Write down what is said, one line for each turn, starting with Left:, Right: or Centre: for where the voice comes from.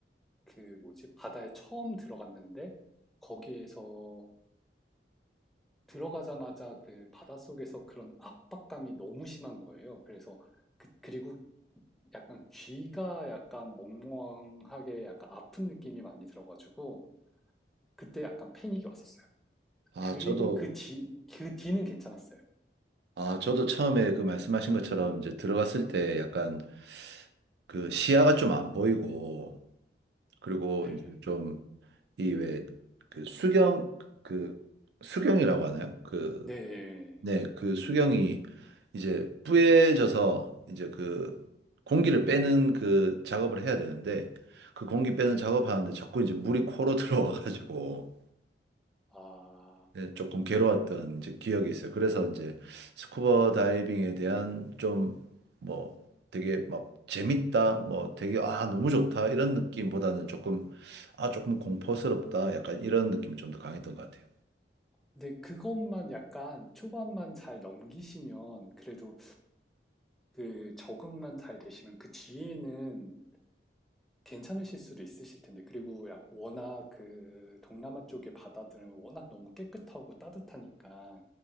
Centre: 그 뭐지? 바다에 처음 들어갔는데 거기에서 들어가자마자 그 바닷속에서 그런 압박감이 너무 심한 거예요. 그래서 그, 그리고 약간 귀가 약간 멍멍하게 약간 아픈 느낌이 많이 들어가지고 그때 약간 패닉이 왔었어요.
Right: 아,
Centre: 그리고
Right: 저도,
Centre: 그 뒤, 그 뒤는 괜찮았어요.
Right: 아, 저도 처음에 그 말씀하신 것처럼 이제 들어갔을 때 약간 그 시야가 좀 안 보이고, 그리고
Centre: 네네.
Right: 이제 좀 이 왜 그 수경, 그 수경이라고 하나요? 그
Centre: 네.
Right: 네, 그 수경이 이제 뿌얘져서 이제 그 공기를 빼는 그 작업을 해야 되는데 그 공기 빼는 작업하는데 자꾸 이제 물이 코로 <laughs> 들어와가지고
Centre: 아,
Right: 네, 조금 괴로웠던 이제 기억이 있어요. 그래서 이제 스쿠버 다이빙에 대한 좀 뭐 되게 막 재밌다, 뭐 되게 아 너무 좋다 이런 느낌보다는 조금 아 조금 공포스럽다 약간 이런 느낌이 좀 더 강했던 것 같아요.
Centre: 근데 그것만 약간 초반만 잘 넘기시면 그래도 그 적응만 잘 되시면 그 뒤에는 괜찮으실 수도 있으실 텐데 그리고 약- 워낙 그 동남아 쪽의 바다들은 워낙 너무 깨끗하고 따뜻하니까